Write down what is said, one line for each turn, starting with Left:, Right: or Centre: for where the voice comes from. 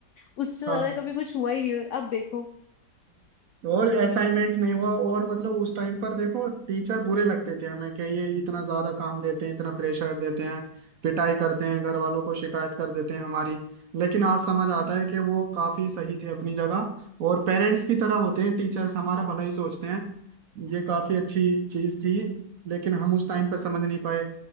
Left: उससे
Right: हाँ।
Left: ज्यादा कभी कुछ हुआ ही नहीं और अब देखो
Right: और असाइनमेंट नहीं हुआ और मतलब उस टाइम पर देखो टीचर बुरे लगते थे हमें कि ये इतना ज्यादा काम देते हैं इतना प्रेशर देते हैं पिटाई करते हैं घर वालों को शिकायत कर देते हैं हमारी लेकिन आज समझ आता
Left: हम्म
Right: है कि वो काफी सही थे अपनी जगह और पेरेंट्स की तरह होते हैं टीचर्स हमारा भला ही सोचते हैं ये काफी अच्छी चीज थी लेकिन हम उस टाइम पर समझ नहीं पाए